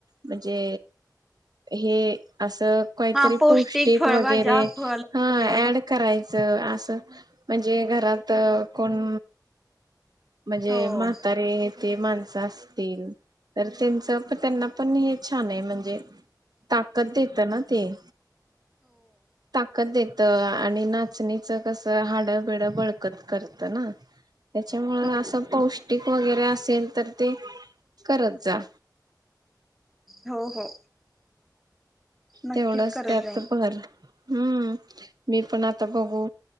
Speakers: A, on the right; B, in the centre.
A: म्हणजे हे अस काहीतरी
B: हा
A: पौष्टिक
B: फळभाज्या
A: वगैरे
B: फळ
A: हा
B: हो
A: ऍड करायचं असं म्हणजे घरात कोण म्हणजे
B: हो
A: म्हातारे ते माणसं असतील तर त्यांच प त्यांना पण हे छाने म्हणजे ताकद देत ना ते. ताकत देत. त आणि नाचणीच कस हाड बिड बळकत करत ना त्याच्यामुळे
B: हो
A: असं पौष्ट ष्टीक वगैरे असेल तर ते करत जा.
B: हो हो. नक्कीच
A: तेवढंच
B: करत
A: त्यात
B: जाईन
A: भर. हम्म मी पण आता बघू